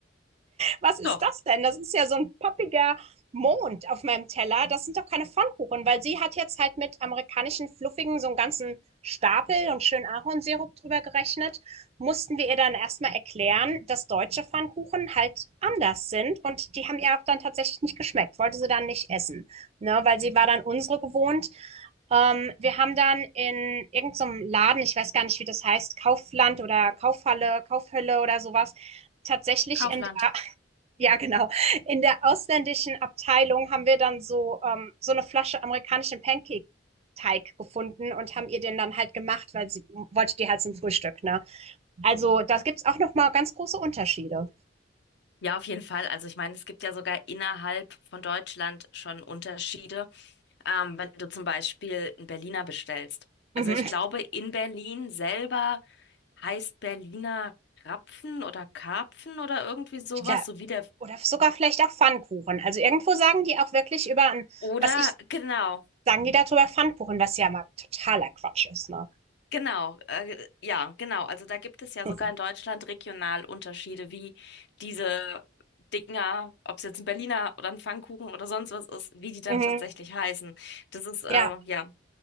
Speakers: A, on the right (about 35°); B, on the left (about 65°).
A: Was ist
B: doch.
A: das denn? Das ist ja so ein poppiger Mond auf meinem Teller. Das sind doch keine Pfannkuchen, weil sie hat jetzt halt mit amerikanischen Fluffigen so einen ganzen Stapel und schön Ahornsirup drüber gerechnet. Mussten wir ihr dann erstmal erklären, dass deutsche Pfannkuchen halt anders sind und die haben ihr auch dann tatsächlich nicht geschmeckt, wollte sie dann nicht essen, ne, weil sie war dann unsere gewohnt. Ähm, wir haben dann in irgendeinem Laden, ich weiß gar nicht, wie das heißt, Kaufland oder Kaufhalle, Kaufhölle oder sowas, tatsächlich
B: Kaufland.
A: in der ja, genau. In der ausländischen Abteilung haben wir dann so, ähm, so eine Flasche amerikanischen Pancake-Teig gefunden und haben ihr den dann halt gemacht, weil sie wollte die halt zum Frühstück, ne? Also da gibt's auch noch mal ganz große Unterschiede.
B: Ja, auf jeden Fall. Also ich meine, es gibt ja sogar innerhalb von Deutschland schon Unterschiede. ähm, wenn du zum Beispiel einen Berliner bestellst.
A: Mhm.
B: Also ich glaube, in Berlin selber heißt Berliner Krapfen oder Karpfen oder irgendwie sowas,
A: Ich glaub,
B: so wie der.
A: oder sogar vielleicht auch Pfannkuchen. Also irgendwo sagen die auch wirklich über, ein-
B: Oder
A: was ich,
B: genau,
A: sagen die darüber Pfannkuchen, was ja mal totaler Quatsch ist, ne?
B: genau, äh, ja, genau. Also da gibt es ja
A: <laughs>
B: sogar in Deutschland regional Unterschiede, wie diese Dinger, ob es jetzt ein Berliner oder ein Pfannkuchen oder sonst was ist, wie die dann
A: Mhm.
B: tatsächlich heißen. Das ist äh,
A: Ja,
B: ja